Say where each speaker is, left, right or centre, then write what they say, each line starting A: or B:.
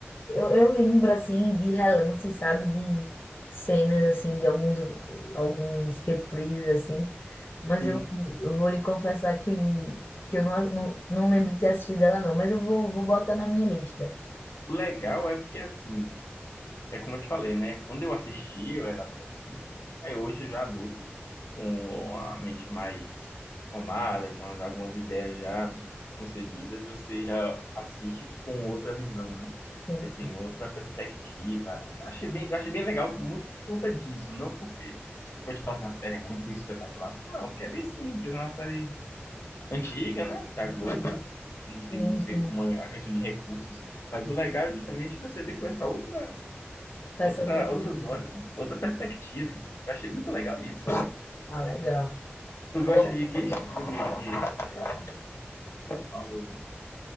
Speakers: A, on the left; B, on the left.
A: Eu, eu lembro, assim, de relance, sabe? De cenas, assim, de alguns, alguns reprises, assim. Mas
B: Sim.
A: eu, eu vou lhe confessar que, que eu não, não, não lembro de ter assistido ela, não. Mas eu vou, vou botar na minha lista.
B: O legal é porque assim É como eu te falei, né? Quando eu assisti, eu era adolescente. Aí hoje, já adulto, com a mente mais formada, com as- algumas ideias já concebidas, você já assiste com outra visão, né?
A: Sim,
B: Você
A: sim.
B: tem outra perspectiva. Achei bem, achei bem legal, muito por conta disso. Não porque, vou te falar assim, a série é muito espetacular. Não, porque é bem simples. É uma série antiga, né? Da Globo. Não tem,
A: Sim,
B: não sei
A: sim.
B: como é a questão de recursos. Mas o legal é justamente você ver com essa outra
A: Com
B: outra,
A: essa outra beleza.
B: outros olhos, outra perspectiva. Eu achei muito legal isso.
A: Ah, legal.
B: Tu gosta
A: Ó,
B: de que tipo de, de série? Qual